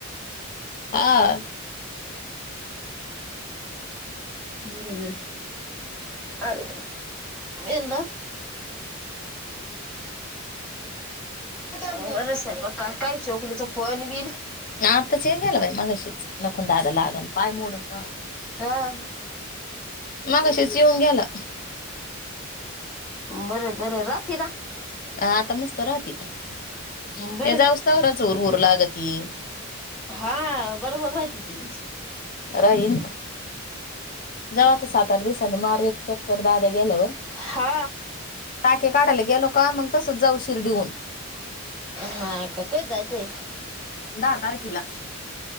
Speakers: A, on the left; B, in the centre.
A: आ.
B: बरोबर. अरे. <unintelligible> बरंहे स्वयंपाक काय काय चोकरीचा फोन बीन.
A: आता चेन गेला बाई मगाशीच नको दादा लागण पाय मोडून.
B: ह्म्म.
A: मघाशीच येऊन गेला.
B: बरं बरं राहती ना.
A: ह आता मस्त राहती की ते
B: बरं
A: जाव स्तवर च उर ऊर लागती.
B: हा बरोबर राहती ती.
A: राहिन. जाव आता सात आठ दिवसांनी मारु एक चक्कर दाद्या गेल्यावर.
B: हा.
A: टाके काढायला गेलो का मग तसंच जाऊ शिर्डीहून.
B: हा का कधी जायचंय.
A: दहा तारखेला,